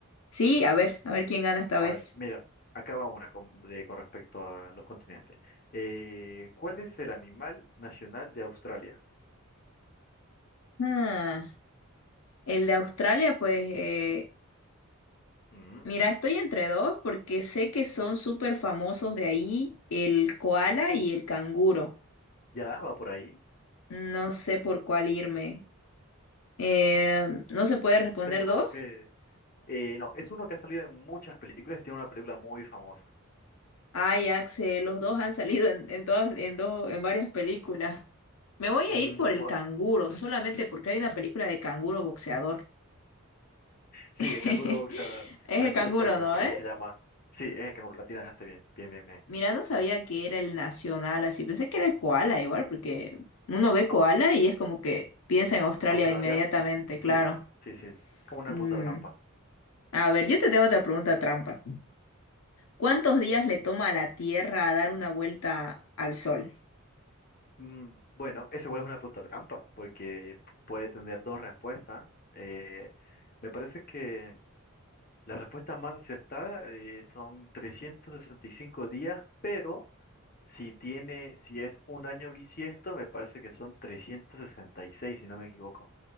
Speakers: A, on the left; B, on the left.
A: Sí, a ver, a ver quién gana esta
B: A
A: vez.
B: ver, mira, acá va una con, de- con respecto a los continentes. Eh, ¿cuál es el animal nacional de Australia?
A: Ah, el de Australia, pues, eh,
B: Mm,
A: mira, estoy entre dos porque sé que son súper famosos de ahí, el koala y el canguro.
B: ya, va por ahí.
A: No sé por cuál irme. Eh, ¿no se puede responder
B: Es uno
A: dos?
B: que, eh, no, es uno que ha salido en muchas películas y tiene una película muy famosa.
A: Ay, Axel, los dos han salido en, en todas, en dos, en varias películas. Me voy
B: Mm,
A: a ir por el
B: bueno,
A: canguro, solamente porque hay una película de canguro boxeador.
B: sí,
A: <laughs>
B: el canguro boxeador.
A: Es
B: Canguro
A: el canguro,
B: Jack me
A: ¿no?
B: parece que
A: ¿Eh?
B: se llama. Sí, es el canguro, latina, este bien, bien, bien, bien.
A: Mira, no sabía que era el nacional así. Pensé que era el koala igual, porque uno ve koala y es como que piensa en Australia
B: ¿Australia?
A: inmediatamente, claro.
B: Sí, sí, sí. Como una
A: Mm.
B: pregunta trampa.
A: A ver, yo te tengo otra pregunta trampa. ¿Cuántos días le toma a la Tierra a dar una vuelta al Sol?
B: Mm, bueno, es igual es una pregunta trampa, porque puede tener dos respuestas. Eh, me parece que la respuesta más acertada eh, son 365 días, pero si tiene, si es un año bisiesto, me parece que son 366 si no me equivoco.